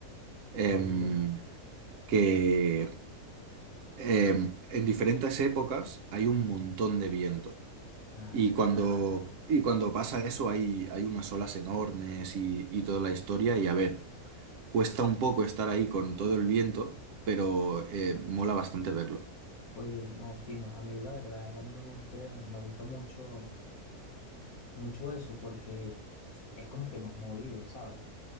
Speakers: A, on the right (about 65°); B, on the left (about 70°).
A: em,
B: oye,
A: que em, en diferentes épocas hay un montón de viento.
B: ah,
A: Y cuando, y cuando pasa eso hay, hay unas olas enormes y, y toda la historia. Y a ver, Cuesta un poco estar ahí con todo el viento, pero eh, mola bastante verlo.
B: oye, no, fino. A mí la verdad, a mí me gusta, me gusta mucho, mucho eso porque es como que más movido, ¿sabes?